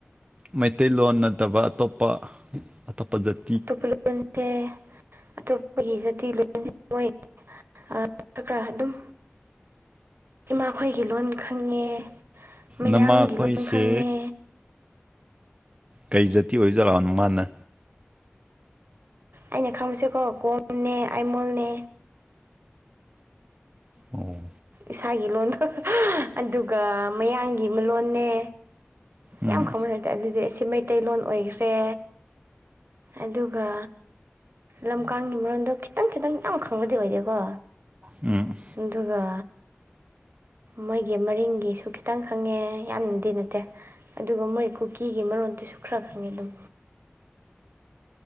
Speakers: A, on the right; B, on the right.
A: ꯃꯩꯇꯩꯂꯣꯟ ꯅꯠꯇꯕ ꯑꯇꯣꯞꯄ ꯑꯇꯣꯞꯄꯥ ꯗꯗ
B: ꯑꯇꯣꯞꯄ ꯂꯣꯟꯁꯦ ꯑꯇꯣꯞꯄꯒꯤ ꯖꯇꯤꯒꯤ ꯂꯣꯟꯁꯦ ꯃꯣꯏ ꯑ ꯈꯔ ꯈꯔ ꯑꯗꯨꯝ ꯏꯃꯥꯈꯣꯏꯒꯤ ꯂꯣꯟ ꯈꯪꯉꯦ ꯃꯌꯥꯡꯒꯤ
A: ꯅꯃꯥꯈꯣꯏꯁꯦ
B: ꯂꯣꯟ ꯈꯪꯉꯦ꯫
A: ꯀꯩ ꯖꯇꯤ ꯑꯣꯏꯖꯠꯅꯣ ꯅꯥꯃꯥ ꯅ
B: ꯑꯩꯅ ꯈꯪꯕꯁꯦꯀꯣ ꯀꯣꯝꯅꯦ ꯑꯩꯥꯏꯃꯣꯟꯅꯦ꯫
A: ꯑꯣ
B: ꯏꯁꯥꯒꯤ ꯂꯣꯟꯒ ꯑꯗꯨꯒ ꯃꯌꯥꯡꯒꯤ ꯃꯥꯂꯣꯟꯅꯦ꯫
A: ꯎꯝ
B: ꯌꯥꯝ ꯈꯪꯕ ꯁꯥꯏ ꯑꯗꯨꯗꯤ ꯑꯁꯤ ꯃꯩ ꯃꯩꯇꯩꯂꯣꯟ ꯑꯣꯏꯈ꯭ꯔꯦ ꯑꯗꯨꯒ ꯂꯝꯀꯥꯡꯒꯤ꯫ ꯃꯔꯣꯟꯗꯣ ꯈꯤꯇꯪ ꯈꯤꯇꯪ ꯌꯥꯝ ꯈꯪꯕꯗꯤ ꯑꯣꯏꯗꯦꯀꯣ
A: ꯎꯝ
B: ꯑꯗꯨꯒ ꯃꯣꯏꯒꯤ ꯃꯔꯤꯡꯒꯤꯁꯨ ꯈꯤꯇꯪ ꯈꯪꯉꯦ ꯌꯥꯝꯅꯗꯤ ꯅꯠꯇꯦ ꯑꯗꯨꯒ ꯃꯣꯏ ꯀ ꯀꯤꯒꯤ ꯃꯔꯣꯟꯗꯨꯁꯨ ꯈꯔ ꯈꯪꯉꯦ ꯑꯗꯨꯝ